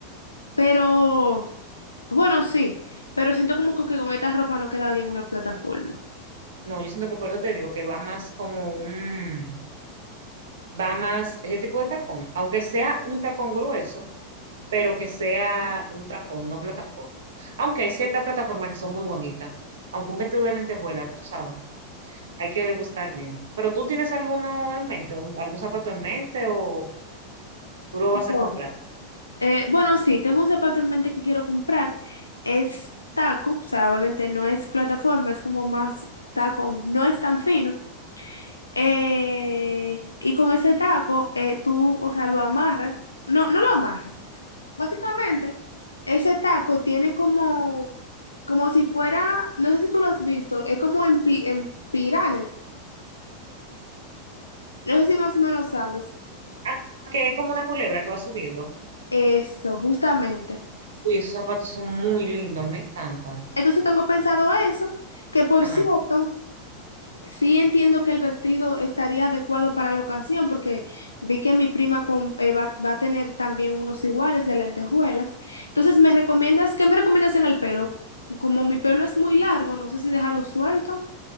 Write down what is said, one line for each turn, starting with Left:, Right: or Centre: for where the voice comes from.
Left: Pero. Bueno, sí, pero siento como que con esta ropa no queda bien una plataforma.
Right: No, yo siento que por eso te digo que va más como un, va más ese tipo de tacón, aunque sea un tacón grueso, pero que sea un tacón, no plataforma. Aunque hay ciertas plataformas que son muy bonitas, aunque un vestido de lentejuela, tú sabes, hay que buscar bien. Pero tú tienes alguno en mente, un- algún zapato en mente o tú lo
Left: No.
Right: vas a comprar.
Left: Eh, bueno, sí, tengo un zapato en mente que quiero comprar. Es taco, o sea, obviamente no es plataforma, es como más taco, no es tan fino. Eh, y con ese taco, eh, tú, o sea, lo amarras. No, no lo amarras. Básicamente, ese taco tiene como, como si fuera, no sé si tú lo has visto, es como en, pi- en pirales. No sé si más o menos sabes.
Right: Ah, que es como una culebra que va subiendo.
Left: Eso, justamente.
Right: Uy, esos zapatos son muy lindos, me encantan.
Left: Entonces tengo pensado eso, que por
Right: Ajá.
Left: cierto, sí entiendo que el vestido estaría adecuado para la ocasión, porque vi que mi prima con- eh, va, va a tener también unos iguales de lentejuelas. Entonces, ¿me recomiendas, qué me recomiendas en el pelo? Como mi pelo es muy largo, no sé si dejarlo suelto